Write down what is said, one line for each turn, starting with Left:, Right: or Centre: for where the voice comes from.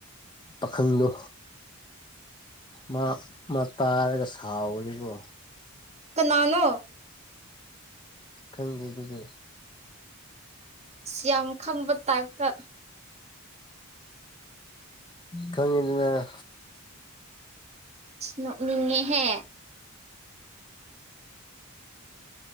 Left: ꯄꯥꯈꯪꯗꯣ ꯃꯥ ꯃꯥ ꯇꯥꯔꯒ ꯁꯥꯎꯒꯅꯤꯕꯣ
Right: ꯀꯅꯥꯅꯣ
Left: ꯈꯪꯗꯦ ꯑꯗꯨꯗꯤ
Right: ꯁꯤ ꯌꯥꯝ ꯈꯪꯕ ꯇꯥꯏꯞꯇ
Left: ꯈꯪꯉꯤꯗꯅ
Right: ꯅꯣꯛꯅꯤꯡꯉꯦꯍꯦ